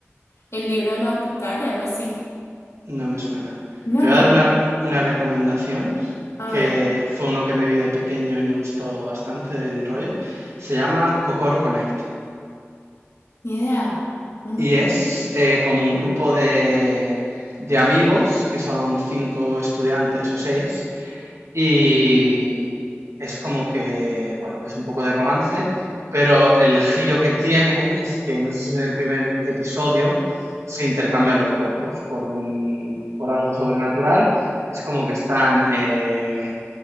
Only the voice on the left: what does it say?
el libro de la boticaria, algo así.
No,
ni,
a
ver,
ni idea. No, no
lo-